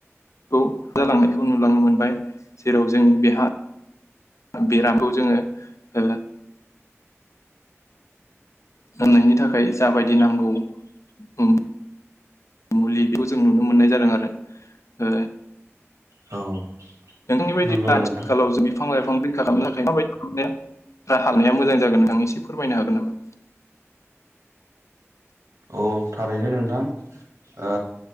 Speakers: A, on the left; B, on the right.
A: खौ जालांनायखौ नुलांनो मोनबाय जेराव जोंनि बे हा बेरामखौ जोङो ओ होननायनि थाखाय जाबायदि नांगौ उम मुलि बेखौ जों नुनो मोननाय जादों आरो ओ
B: औ
A: नोंथांनि बायदिब्ला
B: नंगौ
A: आथिखालाव
B: नोंथां
A: जो बिफां लाइफ फां रैखा खालामनो थाखाय माबायदि खालामनाया राहा लानाया मोजां जागोन नोंथां एसे फोरमायनो हागोन नामा
B: औ थारैनो नोंथां ओ